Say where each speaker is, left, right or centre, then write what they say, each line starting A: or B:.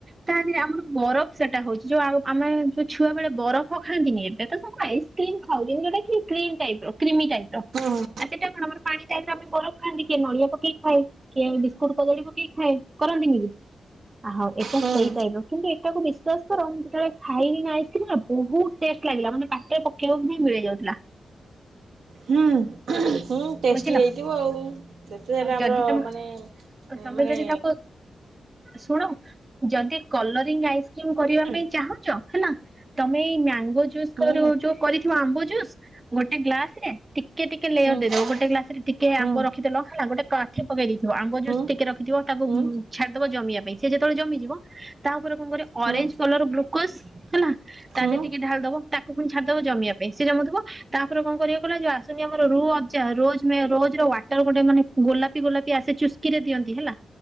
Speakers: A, on the right; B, on the right.
A: ତା ଦେହରେ ଆମର ବରଫ ସେଟା ହଉଛି ଯୋଉ ଆମେ ଯୋଉ ଛୁଆ ବେଳେ ବରଫ ପ ଖାନ୍ତିନି ଏବେ ତ ସବୁ ଆଇସ୍କ୍ରିମ ଖାଉଛନ୍ତି ଯୋଉଟା କି କ୍ରିମ ଟାଇପ ର କ୍ରିମି ଟାଇପ ର
B: ହୁଁ
A: ଆ ସେଟା କଣ ଆମର ପାଣି ଟାଇପ ର ଆମେ ବରଫ ଖାଆନ୍ତି କିଏ ନଡିଆ ପକେଇ ଖାଏ କିଏ ବିସ୍କୁଟୁ କଦଳୀ ପକେଇ ଖାଏ କରନ୍ତିନି କି ହଉ ଏଟା
B: ହୁଁ
A: ସେଇ ଟାଇପ ର କିନ୍ତୁ ଏଟାକୁ ବିଶ୍ୱାସ କର ମୁଁ ଯେତେବେଳେ ଖାଇଲିି ନା ଆଇସ୍କ୍ରିମ୍ ବହୁତ ଟେଷ୍ଟ ଲାଗିଲା ମାନେ ପାଟିରେ ପକେଇବାକୁ ହିଁ ମିଳି ଯାଉଥିଲା।
B: ହୁଁ। ହୁଁ ଟେଷ୍ଟି
A: ବୁଝିଲ
B: ହେଇଥିବ ଆଉ ଯେତେ ଯାହେଲେ
A: ଆଉ
B: ଆମର
A: ଯଦି
B: ମାନେ
A: ତମେ ତମେ
B: ମାନେ
A: ଯଦି ତାକୁ ଶୁଣ ଯଦି କଲରିଂ ଆଇସ୍ ମ୍ କରିବା
B: ହୁଁ
A: ପାଇଁ ଚାହୁଁଚ ହେଲା ତମେ ଏଇ ମ୍ୟା ଗୋ ଯୁସ୍
B: ହୁଁ
A: କରୁ ଯୋଉ କରିଥିବା ଆମ୍ବ ଯୁ ଜୁସ୍ ଗୋଟେ ଗ୍ଲାସ ରେ ଟିକେ ଟିକେ ଲେୟର
B: ହୁଁ
A: ଦେଇଦବ
B: ହୁଁ
A: ଗୋଟେ ଗ୍ଲାସରେ ଟିକେ
B: ହୁଁ
A: ଆମ୍ବ ରଖିଦେଲ ହେଲା ଗୋ ତ ଆଖି ପକେଇ ଦେଇଥିବ ଆମ୍ବ ଜୁସ୍
B: ହୁଁ
A: ଟିକେ ରଖି ଥିବ ତାକୁ
B: ହୁଁ
A: ଛାଡିଦବ ଜମିବା ପାଇଁ ସେ ଯେତେବେଳେ ଜମି ଯିବ ତାପରେ କଣ କରିବ
B: ହୁଁ ହୁଁ।
A: ଅରେଞ୍ଜ କଲର ଗ୍ଲୁକୋଜ ହେଲା ତା
B: ହୁଁ
A: ଦେ ଟିକେ ଢାଳି ଦବ ତାକୁ ପୁଣି ଛାଡିଦବ ଜମିବା ପାଇଁ ସେ ଜମୁଥିବ ତାପରେ କଣ କରିବାକୁ ଯଉ ଆସୁନି ଆମର ରୁହଅଫ ଜା ର ରୋଜ ର ୱାଟର ଗୋଟେ ମାନେ ଗୋଲାପି ଗୋଲାପ ଆସେ ଚୁସ୍କିରେ ଦିଅନ୍ତି ହେଲା